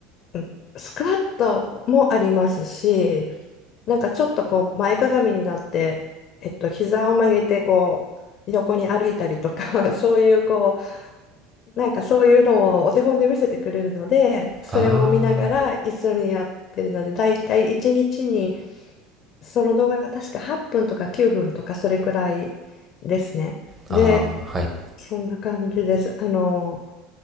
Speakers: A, on the left; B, on the right.
A: う、うんスクワットもありますし、なんかちょっとこう前かがみになって、えっと、膝を曲げてこう横に歩いたりとか <laughs> そういうこうなんかそういうのをお手本で見せてくれるのでそれを見ながら一緒にやってるのでだいたい1日にちに
B: あ
A: その動画が確か8分とか9分とかそれくらいですね。
B: あ、
A: で
B: ああ、はい、
A: そんな感じです。あの